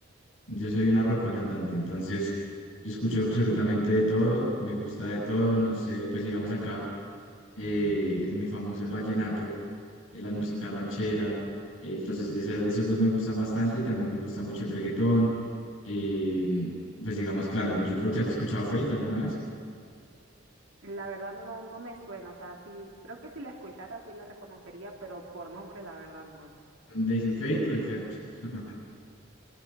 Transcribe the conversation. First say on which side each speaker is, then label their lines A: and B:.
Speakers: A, on the left; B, on the right.
A: Yo soy una rocola andante, entonces yo escucho absolutamente de todo, me gusta de todo, no sé, pues digamos acá. eh, es muy famoso el vallenato, eh, la música ranchera, eh, entonces esa- esos dos me gustan bastante, también me gusta mucho el reggaetón, eh, pues digamos, claro, yo creo que has escuchado Fate alguna vez,
B: la verdad no, no me suena, o sea, sí, creo que si la escuchara sí la reconocería, pero por nombre la verdad no.
A: le dicen Fate o el Fercho, <laughs>